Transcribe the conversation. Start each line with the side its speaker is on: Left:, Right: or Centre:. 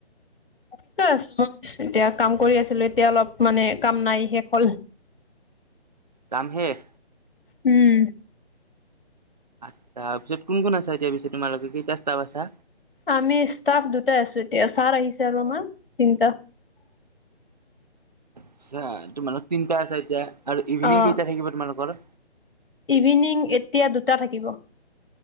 Left: অফিচত আছো, এতিয়া কাম কৰি আছিলো এতিয়া অলপ মানে কাম নাই শেষ হ'ল।
Right: কাম শেষ?
Left: উম।
Right: আৎচ্ছা অফিছত কোন কোন আছা এতিয়া পিছে তোমালোকে কেইটা ষ্টাফ আছা?
Left: আমি ষ্টাফ দুটাই আছো এতিয়া, ছাৰ আহিছে আৰু আমাৰ তিনটা।
Right: আৎছা তোমালোক তিনিটা আছা এতিয়া, আৰু ইভিনিং
Left: অ'।
Right: কেইটা থাকিব তোমালোকৰ?
Left: ইভিনিং এতিয়া দুটা থাকিব।